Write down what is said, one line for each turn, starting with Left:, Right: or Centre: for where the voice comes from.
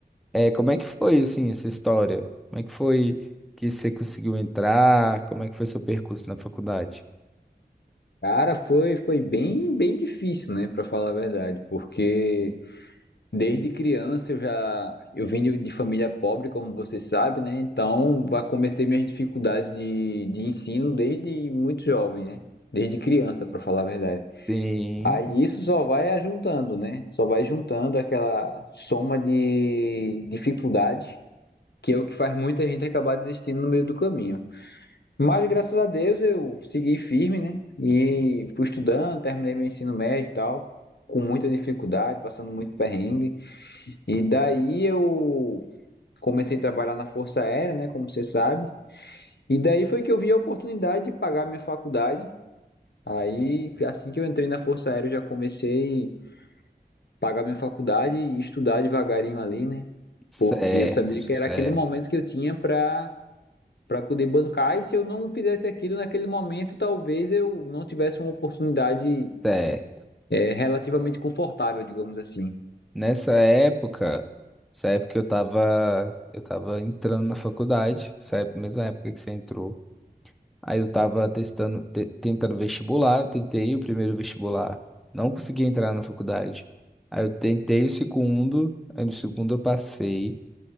Centre: É, como é que foi, assim, essa história? Como é que foi que você conseguiu entrar? Como é que foi seu percurso na faculdade?
Left: Cara, foi, foi bem, bem difícil, né, pra falar a verdade, porque Desde criança eu já eu vim de, de família pobre, como você sabe, né? Então, já comecei minhas dificuldades de, de ensino desde muito jovem, né? Desde criança, para falar a verdade.
Centre: Sim,
Left: Aí isso só vai juntando, né? Só vai juntando aquela soma de dificuldades, que é o que faz muita gente acabar desistindo no meio do caminho. Mas graças a Deus eu segui firme, né? E fui estudando, terminei meu ensino médio e tal, com muita dificuldade, passando muito perrengue. E daí eu comecei a trabalhar na Força Aérea, né, como você sabe. E daí foi que eu vi a oportunidade de pagar minha faculdade. Aí, assim que eu entrei na Força Aérea, eu já comecei a pagar minha faculdade e estudar devagarinho ali, né?
Centre: certo,
Left: Porque eu sabia
Centre: certo,
Left: que era aquele momento que eu tinha para para poder bancar, e se eu não fizesse aquilo naquele momento, talvez eu não tivesse uma oportunidade
Centre: certo.
Left: é, relativamente confortável, digamos assim.
Centre: Nessa época, essa época eu tava, eu tava entrando na faculdade, essa época- mesma época que você entrou. Aí eu tava testando, te- tentando vestibular, tentei o primeiro vestibular, não consegui entrar na faculdade. Aí eu tentei o segundo, aí no segundo eu passei.